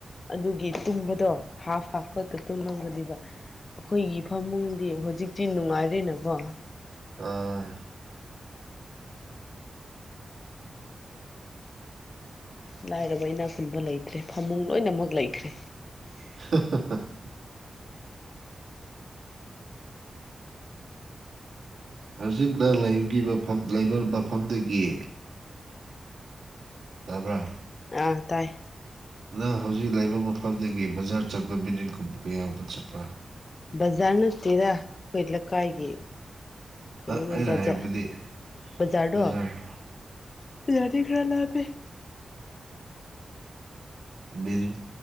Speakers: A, on the left; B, on the right.
A: ꯑꯗꯨꯒꯤ ꯇꯨꯝꯕꯗꯣ ꯍꯥꯐ - ꯍꯥꯐ ꯈꯛꯇ ꯇꯨꯝꯂꯝꯒꯅꯦꯕ꯫ ꯑꯩꯈꯣꯏꯒꯤ ꯐꯃꯨꯡꯗꯤ ꯍꯧꯖꯤꯛꯇꯤ ꯅꯨꯡꯉꯥꯏꯔꯦꯅꯀꯣ꯫
B: ꯑꯥ
A: ꯂꯥꯏꯔꯕ ꯏꯅꯥ ꯈꯨꯨꯟꯕ ꯂꯩꯇ꯭ꯔꯦ ꯐꯃꯨꯡ ꯂꯣꯏꯅꯃꯛ ꯂꯩꯈ꯭ꯔꯦ
B: <unintelligible> ꯍꯧꯖꯤꯛꯅ ꯂꯩꯕꯒꯤ ꯃꯐꯝ ꯂꯩꯕ ꯃꯐꯝꯗꯒꯤ ꯇꯥꯕ꯭ꯔꯥ?
A: ꯑꯥ ꯇꯥꯏ
B: ꯅꯪ ꯍꯧꯖꯤꯛ ꯂꯩꯕ ꯃꯐꯝꯗꯒꯤ ꯕꯖꯥꯔ ꯆꯠꯄ ꯃꯤꯅꯤꯠ ꯀꯨꯝꯕ ꯀꯌꯥꯒꯨꯝꯕ ꯆꯠꯄ꯭ꯔꯥ
A: ꯕꯖꯥꯔꯅꯠꯇꯦꯗꯥ ꯑꯩꯈꯣꯏ ꯂꯩꯀꯥꯏꯒꯤ ꯀꯩꯅꯣꯅꯦ
B: ꯑꯩꯅ
A: ꯕꯖꯥ
B: ꯍꯥꯏꯕꯗꯤ
A: ꯕꯖꯥꯔꯗꯣ
B: ꯕꯖꯥꯔ
A: ꯕꯖꯥꯔꯗꯩ ꯈꯔ ꯂꯥꯞꯄꯦ꯫
B: ꯕꯤꯜ